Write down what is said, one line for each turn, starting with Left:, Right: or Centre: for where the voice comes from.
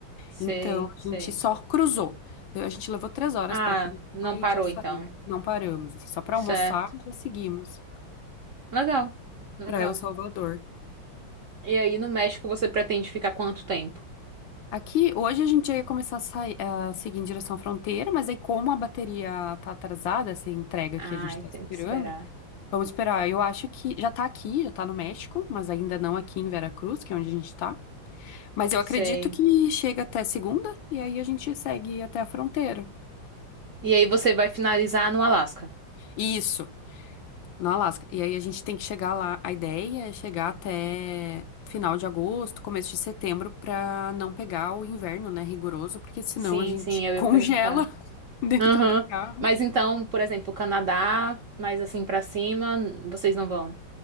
Right: sei,
Left: Então a
Right: sei.
Left: gente só cruzou. A gente levou três horas
Right: Ah,
Left: para cruzar
Right: não
Left: e
Right: parou
Left: já saímos.
Right: então.
Left: Não paramos, assim, só para
Right: Certo.
Left: almoçar, já seguimos
Right: Legal, legal.
Left: para El Salvador.
Right: E aí, no México, você pretende ficar quanto tempo?
Left: Aqui, hoje a gente já ia começar a, sair, a seguir em direção à fronteira, mas aí como a bateria tá atrasada, essa entrega
Right: Ai,
Left: que a gente tá
Right: tem
Left: esperando,
Right: que esperar.
Left: vamos esperar. Eu acho que já tá aqui, já tá no México, mas ainda não aqui em Veracruz, que é onde a gente tá. Mas eu
Right: Sei.
Left: acredito que chega até segunda e aí a gente segue até a fronteira.
Right: E aí, você vai finalizar no Alasca?
Left: Isso, no Alasca. E aí a gente tem que chegar lá. A ideia é chegar até final de agosto, começo de setembro, pra não pegar o inverno, né, rigoroso, porque senão
Right: Sim,
Left: a gente
Right: sim, eu
Left: <laughs> congela.
Right: ia perguntar.
Left: <laughs> dentro
Right: Aham.
Left: do carro.
Right: Mas então, por exemplo, Canadá, mais assim pra cima, vocês não vão?